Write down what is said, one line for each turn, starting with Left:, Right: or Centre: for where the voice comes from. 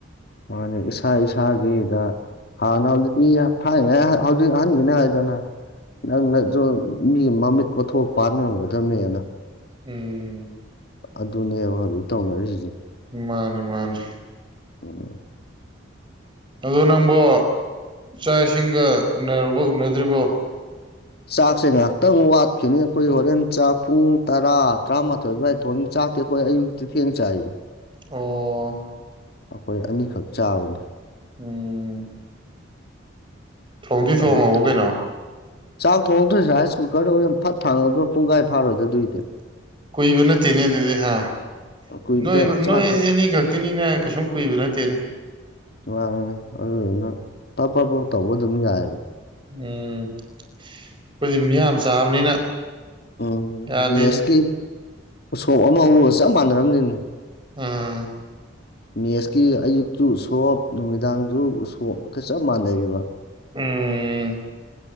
Left: ꯃꯥꯅꯤ ꯏꯁꯥ ꯏꯁꯥꯒꯤꯗ ꯍꯥꯟꯅ ꯍꯧꯖꯤꯛꯇꯤ ꯊꯥꯏꯉꯥꯏ ꯍꯧꯖꯤꯛ ꯑꯍꯟꯒꯤꯅꯤ ꯍꯥꯏꯗꯅ ꯅꯪꯅꯁꯨ ꯃꯤ ꯃꯃꯤꯠ ꯀꯣꯊꯣꯛꯄ ꯉꯝꯒꯗꯝꯕꯅꯦꯅ ꯑꯗꯨ
Right: ꯎꯝ
Left: ꯑꯗꯨꯅꯦꯕ ꯍꯧꯖꯤꯛ ꯇꯧꯅꯔꯤꯁꯤꯁꯦ
Right: ꯃꯥꯅꯦ ꯃꯥꯅꯦ
Left: ꯎꯝ
Right: ꯑꯣ ꯅꯪꯕꯣ ꯆꯥꯛ ꯏꯁꯤꯡꯒ ꯎꯅꯔꯕ ꯎꯅꯗ꯭ꯔꯤꯕꯣ
Left: ꯆꯥꯛꯁꯦ ꯉꯥꯏꯍꯥꯛꯇꯪ ꯋꯥꯠꯈꯤꯅꯤ ꯑꯩꯈꯣꯏ ꯍꯣꯔꯦꯟ ꯆꯥꯛ ꯄꯨꯡ ꯇꯔꯥ ꯇꯔꯥꯃꯥꯊꯣꯏ ꯑꯗꯨꯋꯥꯏ ꯊꯣꯡꯅꯤ ꯆꯥꯛꯇꯤ ꯑꯩꯈꯣꯏ ꯑꯌꯨꯛꯇꯤ ꯊꯦꯡ ꯆꯥꯏꯅꯦ
Right: ꯑꯣ
Left: ꯑꯩꯈꯣꯏ ꯑꯅꯤꯈꯛ ꯆꯥꯕꯅꯤ
Right: ꯎꯝ ꯊꯣꯡꯗꯤ ꯊꯣꯡꯉꯕ
Left: ꯑꯗꯩ ꯇ-
Right: ꯀꯩꯅꯣ
Left: ꯆꯥꯛ ꯊꯣꯡꯉꯗꯣꯏꯁꯦ ꯔꯥꯏꯁ ꯀꯨꯀꯔꯗ ꯑꯣꯏꯅ ꯐꯠ ꯊꯥꯡꯉꯗ꯭ꯔ ꯄꯨꯡꯈꯥꯏ ꯐꯥꯔꯣꯏꯗꯗꯏꯗꯤ
Right: ꯀꯨꯏꯕ ꯅꯠꯇꯦꯅꯦ ꯑꯗꯨꯗꯤ ꯍꯥ
Left: ꯀꯨꯏꯗꯦ
Right: ꯅꯣꯏ
Left: ꯆꯥꯛ
Right: ꯅꯣꯏ
Left: ꯊꯣꯡ
Right: ꯑꯅꯤ ꯈꯛꯇꯤꯅꯤꯅꯦ ꯀꯩꯁꯨꯝ ꯀꯨꯏꯕ ꯅꯠꯇꯦꯅꯦ
Left: ꯌꯥ ꯑꯗꯨꯗꯨꯅ ꯄꯞꯄꯞ ꯇꯧꯕ ꯑꯗꯨꯝ ꯌꯥꯏꯔꯦ
Right: ꯎꯝ ꯑꯩꯈꯣꯏꯗꯤ ꯃꯤꯌꯥꯝ ꯆꯥꯕꯅꯤꯅ
Left: ꯎꯝ
Right: ꯌꯥꯗꯦꯅꯦ
Left: ꯃꯤ ꯑꯦꯁꯀꯤ ꯎꯁꯣꯞ ꯑꯃ ꯍꯧꯔꯒ ꯆꯞ ꯃꯥꯟꯅꯔꯕꯅꯤꯅꯦ
Right: ꯎꯝ
Left: ꯃꯦꯁꯀꯤ ꯑꯌꯨꯛꯇꯨ ꯁꯣꯞ ꯅꯨꯃꯤꯗꯥꯡ ꯑꯗꯨ ꯆꯞ ꯃꯅꯩꯕ
Right: ꯎꯝ